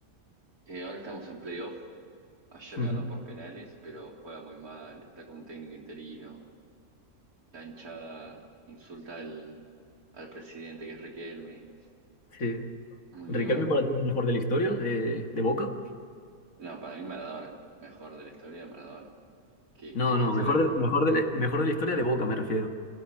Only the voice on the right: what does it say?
Eh, ahora estamos en playoff Ayer
ganó por penales, pero juega muy mal, está con un técnico interino. La hinchada insulta al, al presidente que es Riquelme.
Un
lío bárbaro.
No, para mí Maradona, mejor de la historia Maradona. Que,
que vistió
la,